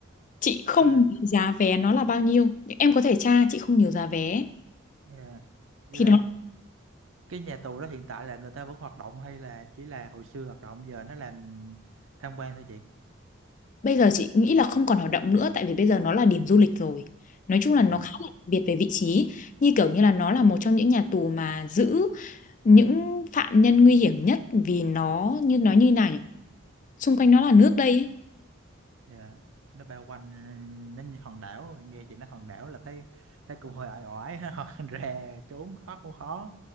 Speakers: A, on the left; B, on the right.
A: chị không
B: à,
A: nhớ giá vé nó là bao nhiêu nhưng em có thể tra chị không nhớ giá vé
B: dạ. Dạ.
A: thì nó
B: Cái nhà tù đó hiện tại là người ta vẫn hoạt động hay là chỉ là hồi xưa hoạt động giờ nó làm tham quan thôi chị?
A: Bây giờ chị nghĩ là không còn hoạt động nữa tại vì bây giờ nó là điểm du lịch rồi. Nói chung là
B: Dạ.
A: nó khá là đặc biệt về vị trí, như kiểu như là nó là một trong những nhà tù mà giữ những phạm nhân nguy hiểm nhất vì nó như nói như nào nhỉ? Xung quanh nó là nước đây ấy.
B: Dạ, nó bao quanh nó như hòn đảo nghe chị nói hòn đảo là thấy thấy cũng hơi ỏi ỏi <laughs> hoặc rè trốn thoát cũng khó